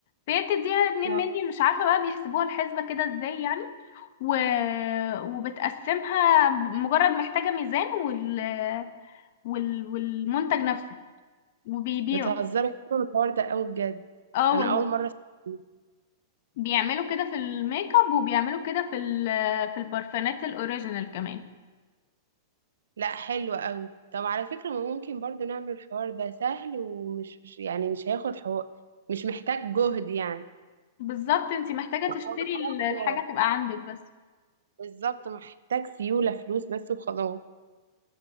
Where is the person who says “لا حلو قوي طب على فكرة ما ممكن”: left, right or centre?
Right